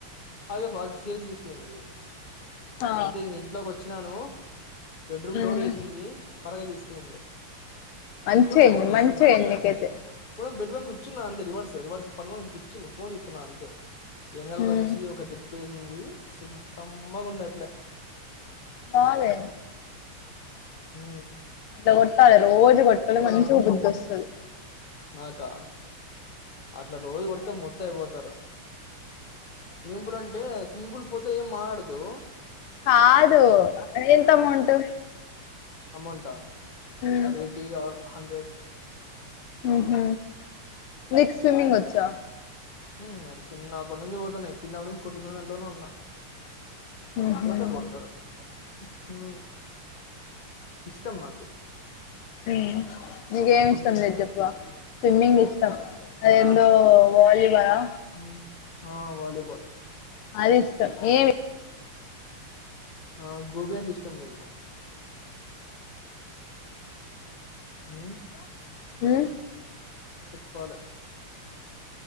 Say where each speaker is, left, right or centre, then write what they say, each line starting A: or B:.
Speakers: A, on the left; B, on the left.
A: అలాగే ఫ షేర్స్ తీసుకుయింది
B: ఆ
A: నంతా ఇంక ఇంట్లోకి వచ్చినాను బెడ్రూమ్
B: మ్మ్
A: డోర్ వేసింది త్వరగా తీసుకు పింది
B: మంచిగా
A: తీసుకొని
B: అయింది
A: ఫోన్ చూస్తున్నా
B: మంచిగా అయింది నీకైతే
A: బెడ్ బ కూర్చున్న అంత రివర్స్ రిర్స్ ప కూర్చును ఫోన్ చూస్తున్నా అంతే ఎన్నికలకి
B: మ్మ్
A: వచ్చి ఒక వేసింది సుమ్ సమ్మ గుండే అట్లే
B: బాల
A: హ
B: అద ాల రోజు కొట్టాలి మంచిగా
A: అనుకోండి
B: బుద్ధిొస్తుంది
A: నాకా అట్లా రోజు కొడితే ముద్ద అయిపోతారు స్విమ్మింగ్ పూల్ అంటే స్విమ్మింగ్ పూల్ పోతే ఏం మాడదు ందు
B: కాదు ఎంత అమౌంట్.
A: అమోంట్ ఆ
B: మ్మ్
A: ఎయిటీ ఆర్ హండ్రెడ్.
B: హుహ్ నీకు స్విమింగ్ వ చ్చా
A: హ్ మరి చిన్నప్పటి నుంచి పోతున్నా, చిన్నప్పటి నుంచి కొట్టించన్న దట్లోనే ఉన్నా.
B: ఉహు
A: పోతే
B: ఉమ్
A: కొడుతరు. హ్ ఇష్టం నాకు.
B: హ్ నీకేమి ఇష్టం
A: ఉమ్
B: లేదు చెప్పవా. స్విమ్మింగ్ ఇష్టం అదెందో వాలీబాల్ ఆ
A: హ్ ఆ వాలీబాల్
B: అది ఇష్టం ఏమి
A: ఆ గోబి అంటే ఇష్టం లేదు మాకి హ్మ్
B: హ్మ్
A: చెప్పాలె